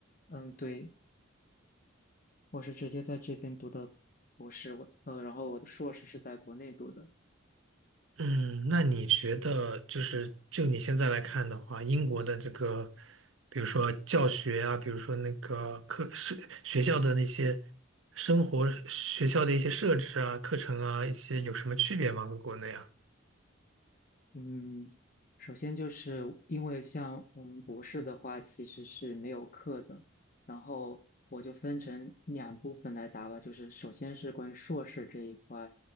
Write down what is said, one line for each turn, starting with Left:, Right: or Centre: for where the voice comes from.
Left: 嗯，对，我是直接在这边读的博士，我呃，然后我的硕士是在国内读的。
Right: 嗯，那你觉得就是就你现在来看的话，英国的这个，比如说教学啊，比如说那个课是学校的那些生活学校的一些设置啊、课程啊，一些有什么区别吗？和国内啊？
Left: 嗯，首先就是因为像我们博士的话，其实是没有课的，然后我就分成两部分来答吧，就是首先是关于硕士这一块，